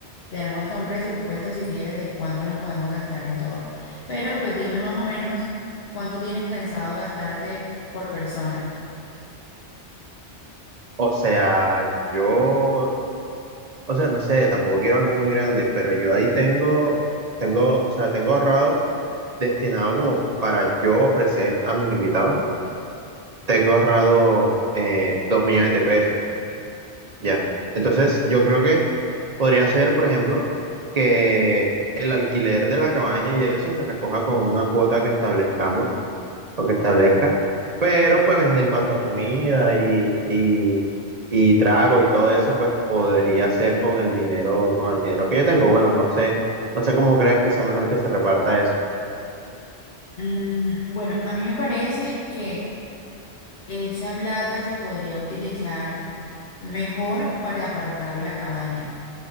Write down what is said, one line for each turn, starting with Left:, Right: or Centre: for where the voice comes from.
Left: te armo hasta un presupuesto si quieres de cuánto nos podemos gastar en todo. Pero pues dime más o menos cuánto tienes pensado gastarte por persona.
Right: O sea, yo, o sea, no sé, tampoco quiero algo muy grande, pero yo ahí tengo, tengo, o sea, tengo ahorrado destinado como para yo ofrecer a mis invitados, tengo ahorrado eh, dos millones de pesos. Ya. Entonces, yo creo que podría ser, por ejemplo, que el alquiler de la cabaña y eso se recoja con una cuota que establezcamos o que establezca, pero pues en cuanto a comida y, y, y trago y todo eso, pues podría ser con el dinero, con el dinero que yo tengo. Bueno, no sé, no sé cómo creas que sea mejor que se reparta eso.
Left: Mm, bueno, a mí me parece que esa plata se podría utilizar. Mejor para apartar la cabaña.